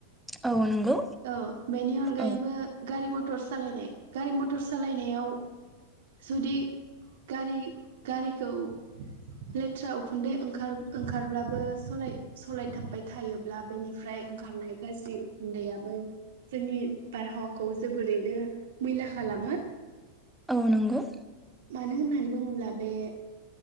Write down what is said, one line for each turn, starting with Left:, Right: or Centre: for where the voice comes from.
Centre: औ नंगौ
Right: औ बेनि अनगायैबो
Centre: औ
Right: गारि मथ मटर सालायनाय गारि मटर सालायनायाव जुदि गारि गारिखौ लेथ्रा उखुन्दै ओंखार-ओंखारब्लाबो सलाय-सलायथाबबाय थायोब्ला बेनिफ्राय ओंखारनाय गाज्रि उखुन्दैआ बो जोंनि बारहावाखौ जोबोरैनो मैला खालामो।
Centre: औ नंगौ।
Right: मानो होननानै बुङोब्ला बे